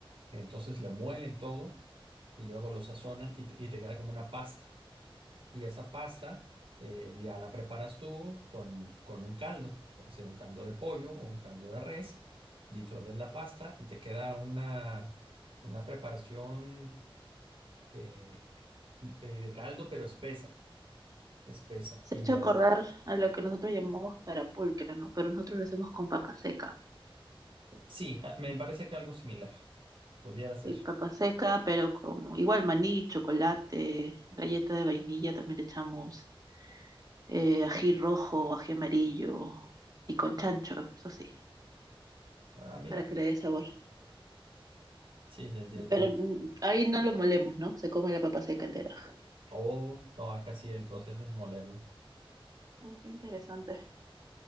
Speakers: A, on the right; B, on the right.
A: Entonces lo muelen todo y luego lo sazonan y te, y te queda como una pasta. Y esa pasta eh, ya la preparas tú con, con un caldo. Puede ser un caldo de pollo o un caldo de res. Disuelves la pasta y te queda una, una preparación eh, eh, de caldo, pero espesa. Espesa.
B: Se
A: Y
B: ha hecho
A: ya.
B: acordar a lo que nosotros llamamos carapulcra, ¿no? Pero nosotros lo hacemos con papa seca.
A: Sí, ah, me parece que algo similar pudiera ser.
B: Y papa seca, pero como igual maní, chocolate, galleta de vainilla, también le echamos eh, ají rojo, ají amarillo y con chancho, eso sí,
A: Ah, mira.
B: para que le dé sabor.
A: Sí, sí, sí,
B: Pero
A: sí.
B: mm, ahí no lo molemos, ¿no? Se come la papa seca entera.
A: Todo, no, acá sí el proceso es molerlo.
B: Ah, qué interesante.